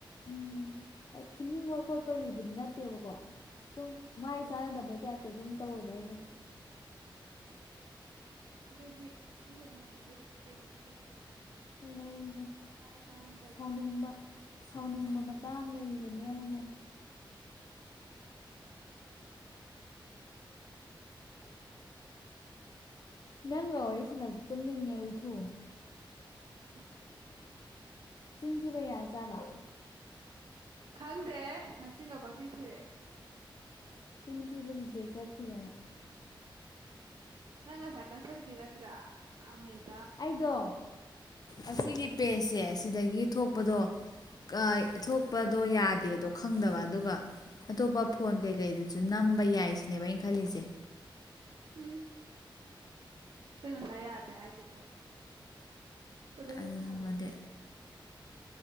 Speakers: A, on the left (about 45°); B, on the right (about 60°).
A: ꯎꯝ ꯑꯩ ꯐꯨꯅꯤꯡꯕ ꯈꯣꯠꯄꯒꯤꯕꯨꯗꯤ ꯅꯠꯇꯦꯕꯀꯣ ꯁꯨꯝ ꯃꯥꯥꯏ
B: ꯎꯝ
A: ꯆꯥꯟꯅꯗꯕꯩ ꯇꯥꯏꯞ ꯑꯗꯨꯝ ꯇꯧꯋꯦꯕ ꯑꯩꯒ
B: ꯑꯗꯨꯗꯤ ꯃꯤ ꯑꯃꯃꯝ ꯂꯣꯏ ꯂꯩ ꯀꯩꯅꯣ ꯑꯈꯣꯢꯁꯨ ꯂꯩ
A: ꯂꯩꯔꯤꯕꯅꯤ
B: ꯃꯥꯏ ꯆꯥꯟꯅꯗꯕ
A: ꯁꯥꯎꯅꯤꯡꯕ
B: ꯃꯤ
A: ꯁꯥꯎꯅꯤꯡꯕ ꯃꯇꯥꯡ ꯂꯩꯔꯤꯕꯅꯤ ꯑꯃꯃꯝ ꯅꯪꯒ ꯋꯥꯔꯤ ꯁꯟꯅꯁꯤ ꯇꯨꯝꯅꯤꯡꯉꯦ ꯍꯨꯢꯊꯨ
B: <unintelligible>
A: ꯆꯤꯟꯊꯤꯕ ꯌꯥꯖꯥꯠꯂ
B: ꯈꯪꯗꯦꯍꯦ ꯅꯆꯤꯟꯒ ꯄꯪꯊꯤ ꯊꯤꯔꯛꯑꯦ
A: ꯆꯤꯟ ꯊꯤꯕ ꯔꯤꯖꯦꯛ ꯆꯠꯈꯤꯗꯅ
B: ꯅꯪ ꯉꯁꯥꯏ ꯀꯊꯠꯈꯤ ꯅꯠꯇꯔꯥ ꯑꯥ ꯃꯤꯠ
A: ꯑꯩꯗꯣ ꯑꯁꯤꯒꯤ ꯄꯦꯖꯁꯦ ꯁꯤꯗꯒꯤ ꯊꯣꯛ ꯄꯗꯣ ꯀꯥꯏ ꯊꯣꯛꯄꯗꯣ ꯌꯥꯗꯦꯗꯣ ꯈꯪꯗꯕ ꯑꯗꯨꯒ ꯑꯇꯣꯞꯄ ꯐꯣꯟ ꯀꯩꯀꯩꯗꯖꯨ ꯅꯝꯕ ꯌꯥꯏ ꯁꯤꯅꯦꯕ ꯑꯩꯅ ꯈꯜꯂꯤꯖꯦ
B: ꯎꯝ ꯑꯩ ꯉꯥꯁꯥꯏ ꯌꯥꯗꯦ ꯍꯥꯏꯗꯨꯕꯨ ꯑꯗꯨꯝ
A: ꯑꯗꯨꯗꯨꯒꯗꯤ
B: ꯊꯝꯃꯤꯅꯦ ꯑꯩ ꯉꯁꯥꯏ